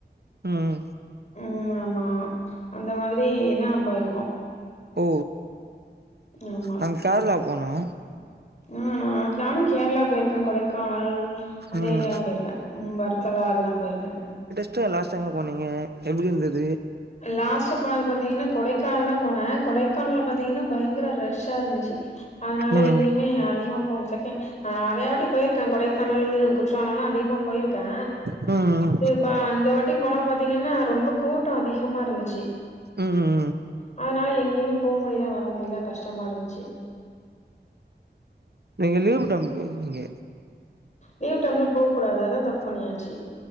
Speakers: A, on the right (about 60°); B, on the left (about 40°).
A: ம்
B: ம் ஆமா அந்த மாதிரியேதா போயிருக்கோ
A: ஓ
B: ஆமா
A: நாங்க கேரளா போனோ
B: ஆ நா நானு கேரளா போயிருக்கே கொடைக்கானல் அந்த
A: ம்
B: ஏரியால்லா போயிருக்கே ம் வற்கலா அதெல்லா போயிருக்கே
A: த்தே லாஸ்ட்டா எங்க போனீங்க எப்டியிருந்தது
B: லாஸ்ட்டா போனது பாத்தீங்கன்னா கொடைக்கானல் தா போனே கொடைக்கானல்ல பாத்தீங்கன்னா பயங்கர ரஷ்ஷா இருந்துச்சு அதனால
A: ம்
B: எங்கேயுமே அதிகமா போகல செகண்ட் ஆ நறையவாட்டி போயிருக்கே கொடைக்கானல் குற்றாலலா அதிகமா போயிருக்கே
A: ம்
B: இப்ப அந்த வாட்டி போன பாத்தீங்கன்னா ரொம்ப கூட்டோ அதிகமாருந்துச்சு
A: ம் ம்
B: அதனால எங்கேயுமே போ முடியல வர முடியல கஷ்டமாருந்துச்சு
A: நீங்கள் லீவுட்டம்ங் போயிருங்கீங்க
B: லீவ் டைம்ல போக்கூடாது அதா தப்பு பண்ணியாச்சு